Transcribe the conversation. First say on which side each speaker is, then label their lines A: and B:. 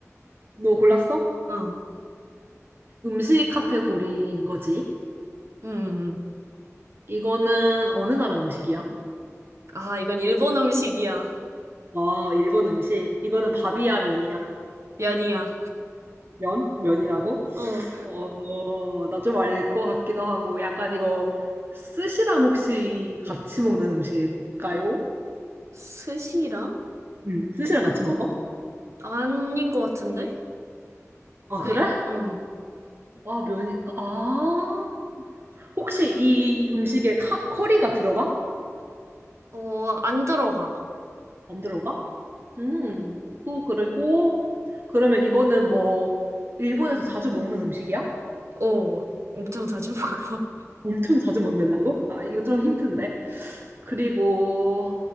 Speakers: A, on the right (about 45°); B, on the right (about 60°).
A: 너 골랐어?
B: 어. 음.
A: 음식 카테고리인 거지.
B: 음. 음.
A: 이거는 어느 나라 음식이야?
B: 아, 이건 일본 음식이야.
A: 아, 일본 음식. 이거는 밥이야, 면이야?
B: 면이야.
A: 면? 면이라고?
B: 어,
A: 어, 나 좀 알 것 같기도 하고, 약간 이거 스시랑 혹시 같이 먹는 음식일까요?
B: 스시랑?
A: 음, 스시랑 같이 먹어?
B: 아닌 것 같은데?
A: 아,
B: 그냥,
A: 그래?
B: 응.
A: 아, 면이, 아. 혹시 이 음식에 카, 커리가 들어가?
B: 어, 안 들어가.
A: 안 들어가? 음, 또 그리고, 그러면 이거는 뭐, 일본에서 자주 먹는 음식이야?
B: 어, 엄청 자주 <laughs> 먹어.
A: 엄청 자주 먹는다고? 아, 이거 좀 힌트인데. 그리고